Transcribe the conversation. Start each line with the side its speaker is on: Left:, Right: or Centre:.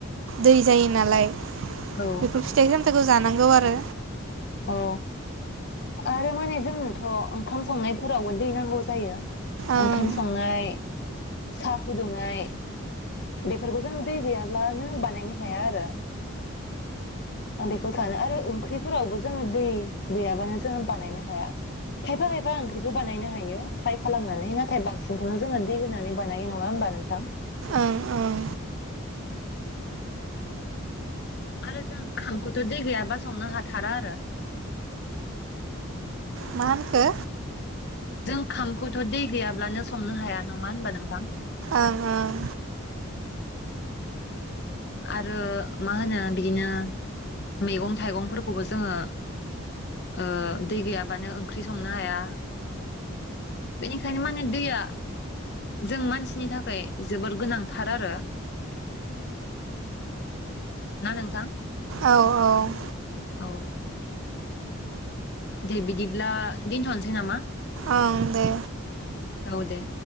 Right: दै जायो नालाय
Left: औ
Right: बेफोर फिथाइ सामथाइखौ जानांगौ आरो।
Left: अ आरो माने जोंनोथ' ओंखाम संनायफोरावबो दै नांगौ जायो।
Right: ओं
Left: ओंखाम संनाय साहा फुदुंनाय बेफोरखौ जों दै गैयाब्लानो बानायनो हाया आरो। आं बेखौ सानो आरो ओंख्रिफोरावबो जोंङो दै गैयाबानो जोंङो बानायनो हाया खायफा खायफा ओंख्रिखौ बानायनो हायो फ्राय खालामनानै नाथाय बांसिनखौनो जोंङो दै होनानै बानायो नंङा होनबा नोंथां।
Right: ओं ओं।
Left: आरो जों ओंखामखौथ दै गैयाब्ला संनो हाथारा आरो।
Right: मा होनखो?
Left: जों खामखौ दै गैयाब्लानो संनो हाया। नंङा होनबा नोंथां।
Right: ओं ओं
Left: आरो मा होनो बिदिनो मैगं थाइगंफोरखौबो जोंङो ओ दै गैयाबानो ओंख्रि संनो हाया बेनिखायनो माने दैया जों मानसिनि थाखाय जोबोर गोनांथार आरो। ना नोंथां।
Right: औ औ।
Left: औ। दे बिदिब्ला दोनथ'नोसै नामा?
Right: ओं दे
Left: औ दे